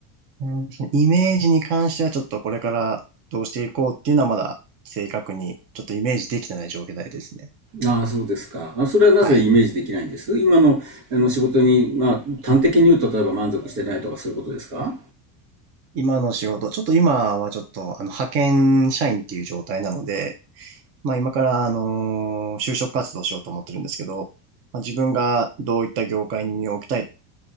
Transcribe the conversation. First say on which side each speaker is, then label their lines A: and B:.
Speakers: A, on the right; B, on the right.
A: うんそのイメージに関してはちょっとこれからどうしていこうっていうのはまだ正確にちょっとイメージできてない状態ですね。
B: ああ、そうですか。あ、それはなぜイメージできないんです今の、
A: はい。
B: あの仕事に、まあ、端的に言うと、例えば満足してないとかそういうことですか
A: 今の仕事、ちょっと今はちょっと、あの、派遣社員っていう状態なので、まあ今から、あのー就職活動しようと思ってるんですけど、まあ、自分がどういった業界に身を置きたい